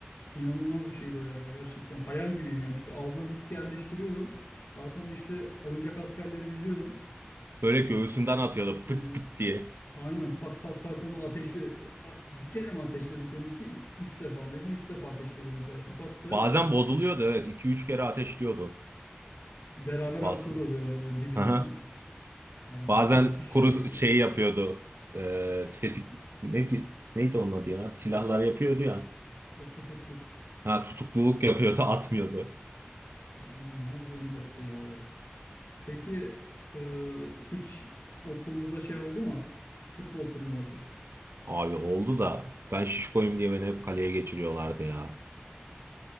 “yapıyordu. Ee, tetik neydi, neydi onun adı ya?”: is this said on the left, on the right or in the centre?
Right